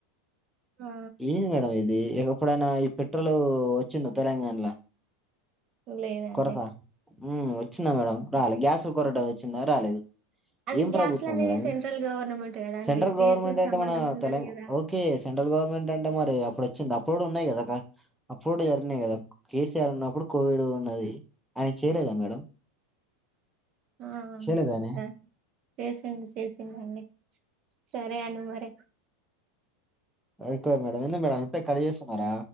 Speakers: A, on the right; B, in the centre.
A: ఆ
B: ఏంది మేడం ఇది ఎప్పుడైనా ఈ పెట్రోల్ వచ్చింద తెలంగాణల
A: లేదండి
B: కొరత ఉమ్ వచ్చిందా మేడం రాలేదు గ్యాస్ల కొరట వచ్చిందా రాలేదు
A: అది
B: ఏం
A: గ్యాస్లు
B: ప్రభుత్వం
A: అనేది
B: మేడం
A: సెంట్రల్ గవర్నమెంట్ కదా అండి
B: సెంట్రల్
A: స్టేట్
B: గవర్నమెంటె
A: తోటి సంబంధం
B: మన
A: ఉండదు
B: తెలంగ
A: కదా
B: ఓకే సెంట్రల్ గవర్నమెంట్ అంటే మరి అప్పుడు వచ్చింది అప్పుడు ఉన్నయి కదా అప్పుడు జరిగినయి కద కేసీఆర్ ఉన్నప్పుడు కోవిడ్ ఉన్నది ఆయన చేయలేదా మేడం
A: ఆ
B: చేయలేదానే
A: సరె చేసిండు చేసిండండి సరే అండి మరి
B: అది కాదు మేడం ఎంది మేడం అంత కట్ చేస్తున్నరా